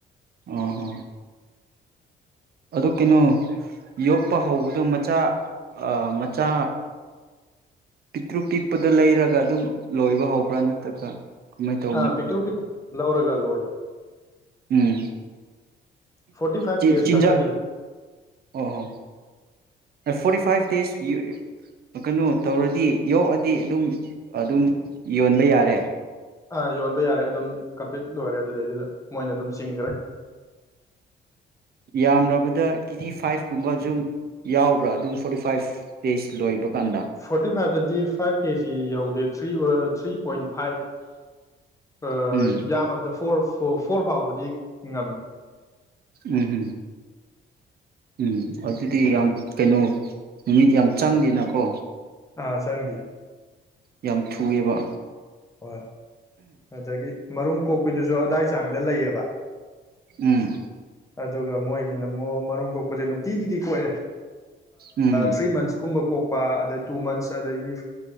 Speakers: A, on the right; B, on the left.
A: ꯑꯣ ꯍ ꯑꯗꯨ ꯀꯩꯅꯣ ꯌꯣꯛꯄ ꯍꯧꯕꯗꯣ ꯃꯆꯥ ꯃꯆꯥ ꯄꯤꯛꯇ꯭ꯔꯨ ꯄꯤꯛꯄꯗ ꯂꯩꯔꯒ ꯑꯗꯨꯝ ꯂꯣꯏꯕ ꯍꯧꯕ꯭ꯔꯥ ꯅꯠꯇ꯭ꯔꯒ ꯀꯃꯥꯏꯅ ꯇꯧꯕꯅꯣ
B: ꯑ ꯄꯤꯛ꯭ꯔꯨ ꯄꯤ ꯂꯧꯔꯒ ꯂꯣꯏ
A: ꯎꯝ
B: ꯐꯣꯔꯇꯤ ꯐꯥꯏꯚ
A: ꯆ
B: ꯗꯦꯖ ꯈꯛꯇꯅꯤꯗ
A: ꯆꯤꯟꯖꯥꯛ ꯑꯣ ꯍꯣ ꯐꯣꯔꯇꯤ ꯐꯥꯏꯚ ꯗꯦꯖ ꯀꯩꯅꯣ ꯇꯧꯔꯗꯤ ꯌꯣꯛꯑꯗꯤ ꯑꯗꯨꯝ ꯑꯗꯨꯝ ꯌꯣꯟꯕ ꯌꯥꯔꯦ
B: ꯑ ꯌꯣꯟꯣꯟ ꯌꯥꯔꯦ ꯑꯗꯨꯝ ꯀꯝꯄ꯭ꯂꯤꯠ ꯂꯣꯏꯔꯦ ꯑꯗꯨꯗꯩꯗꯨꯗ ꯃꯣꯏꯅ ꯑꯗꯨꯝ ꯆꯤꯡꯈ꯭ꯔꯦ
A: ꯌꯥꯝꯕꯗ ꯀꯦꯖꯤ ꯐꯥꯏꯚ ꯀꯨꯝꯕ ꯁꯨꯝ ꯌꯥꯎꯕ꯭ꯔꯥ ꯑꯗꯨꯝ ꯐꯣꯔꯇꯤ ꯐꯥꯏꯚ ꯗꯦꯖ ꯂꯣꯏꯕ ꯀꯥꯟꯗ
B: ꯐꯣꯔꯇꯤ ꯐꯥꯏꯚꯇꯗꯤ ꯐꯥꯏꯚ ꯀꯦꯖꯤ ꯌꯧꯗꯦ ꯊ꯭ꯔꯤ ꯊ꯭ꯔꯤ ꯄꯣꯏꯟ ꯐꯥꯏꯚ
A: ꯎꯝ
B: ꯌꯥꯝꯃꯕꯗ ꯐꯣꯔꯐ ꯐꯣꯔ ꯐꯥꯎꯕꯗꯤ ꯉꯝꯃꯦ
A: ꯎꯝ ꯎꯝ ꯎꯝ ꯑꯗꯨꯗꯤ ꯌꯥꯝ ꯀꯩꯅꯣ ꯃꯤꯠ ꯌꯥꯝ ꯆꯪꯗꯦꯅꯀꯣ
B: ꯑ ꯆꯪꯒ
A: ꯌꯥꯝ ꯊꯨꯑꯕ
B: ꯍꯣꯏ ꯑꯗꯨꯗꯒꯤ ꯃꯔꯨꯝ ꯀꯣꯛꯄꯤꯗꯨꯁꯨ ꯑꯗꯥꯏ ꯆꯥꯡꯗ ꯂꯩꯌꯦꯕ
A: ꯎꯝ
B: ꯑꯗꯨꯒ ꯃꯣꯏꯒꯤꯅ ꯃ ꯃꯔꯨꯝ ꯀꯣꯛꯄꯁꯦ ꯅꯨꯡꯇꯤꯒꯤꯗꯤ ꯀꯣꯛꯑꯦ
A: ꯎꯝ
B: ꯊ꯭ꯔꯤ ꯃꯟꯁꯀꯨꯝꯕ ꯀꯣꯛꯄ ꯑꯗꯩ ꯇꯨ ꯃꯟꯁ ꯑꯗꯒꯤ